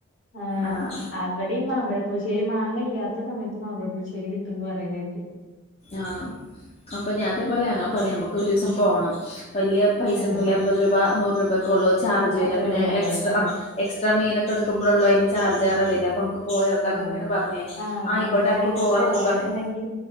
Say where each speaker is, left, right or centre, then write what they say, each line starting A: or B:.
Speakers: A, on the left; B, on the left.
A: ആ്
B: ആഹ്
A: അവിടിം മാമ്പഴപ്പുളശ്ശേരി മാങ്ങ ഇല്ലാത്ത സമയത്ത് മാമ്പഴപ്പുളിശ്ശേരി കിട്ടുംന്ന് പറയുന്നെട്ട്
B: ആഹ അപ്പ ഞാൻ അതേപോലെ പറയാ നമുക്ക് ഒരീസം പോണം വല്ല്യ പൈസൊന്നുല്ല
A: ആഹ്
B: എമ്പത് രൂപ നൂറ് രൂപക്കെള്ളൂ ചാർജ്
A: അത്രേ
B: ര പിന്നെ
A: ഉള്ളൂല്ലേ
B: എക്സ്ട്രാ ആ എക്സ്ര മീൻ ഒക്കെ എടുക്കോളുള്ളൂ അയിന് ചാർജേറെ വരാ അപ്പം നമ പോയോക്കാന്നൊക്കെക്കെ
A: ആഹ്
B: ഇങ്ങനെ പറഞന്
A: ആഹ്
B: ആ ആയിക്കോട്ടെ നമുക്ക്
A: ആരെങ്കിലൊക്കെ
B: പോവാന്നൊക്കെ
A: പോവാനുണ്ടെങ്കി
B: പറഞ